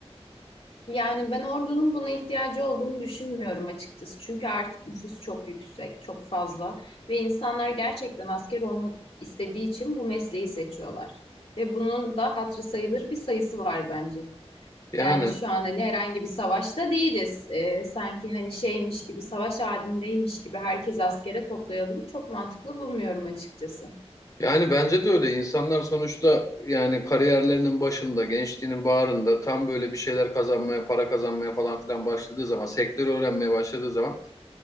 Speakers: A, on the left; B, on the left.
A: Yani ben ordunun buna ihtiyacı olduğunu düşünmüyorum açıkçası. Çünkü artık nüfus çok yüksek, çok fazla ve insanlar gerçekten asker olmak istediği için bu mesleği seçiyorlar. Ve bunun da hatırı sayılır bir sayısı var bence.
B: Yani
A: Yani şu an hani herhangi bir savaşta değiliz. Ee, sanki hani şeymiş gibi, savaş halindeymiş gibi herkes askere toplayalım. Çok mantıklı bulmuyorum açıkçası.
B: yani bence de öyle. İnsanlar sonuçta yani kariyerlerinin başında, gençliğinin bağrında tam böyle bir şeyler kazanmaya, para kazanmaya falan filan başladığı zaman, sektörü öğrenmeye başladığı zaman